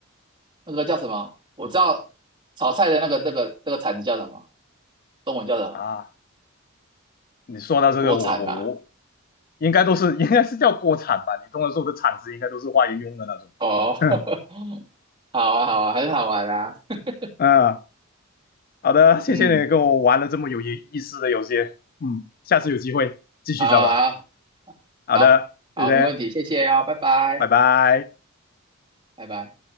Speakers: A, on the right (about 20°); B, on the left (about 45°).
A: 那个叫什么？我知道炒菜的那个那个那个铲子叫什么？中文叫什么？
B: 啊？你说到这个，
A: 锅铲吧。
B: 我我我，应该都是应该是叫锅铲吧？你通常说的铲子应该都是花园用的那种，
A: 哦，
B: <laughs> 嗯
A: <laughs> 好啊，好啊，很好玩啊。<laughs>
B: 啊。呃好的，谢谢你跟我玩了这么有意思的游戏，
A: 嗯，
B: 嗯，下次有机会继续再玩。
A: 好好
B: 好的，
A: 好好，
B: 谢谢，
A: 没问题，谢谢哦，拜拜，
B: 拜拜。
A: 拜拜。